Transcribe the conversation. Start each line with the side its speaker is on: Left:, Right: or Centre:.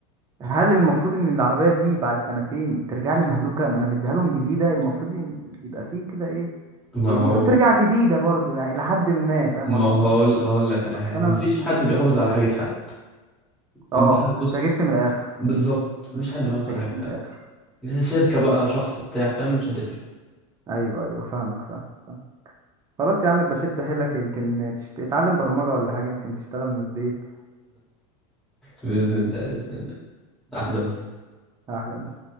Right: هل المفروض ان العربية دي بعد سنتين ترجع لي مهلوكة ما انا مديها لهم جديدة المفروض ي- يبقى فيه كده ايه
Centre: ما
Right: هي
Centre: هو
Right: المفروض ترجع جديدة برضو يعني لحد ما فاهم
Centre: ما
Right: قصدي
Centre: هو اقول لك على
Right: بس
Centre: حاجه
Right: انا
Centre: مفيش
Right: مثلا
Centre: حد بيحافظ على حاجه حد ده
Right: اه انت
Centre: بص
Right: جبت من الاخر
Centre: بالظبط مفيش حد بيحافظ
Right: انت
Centre: على
Right: جبت
Centre: حاجه
Right: من
Centre: حد
Right: الاخر
Centre: شركه بقى شخص بتاع فاهم مش هتفرق
Right: ايوه ايوه فاهمك فاهم فاهم. خلاص يا عم بشد حيلك يمكن تشت... تتعلم برمجة ولا حاجة يمكن تشتغل من البيت
Centre: باذن الله باذن الله احلى
Right: مم.
Centre: بس
Right: احلى مسا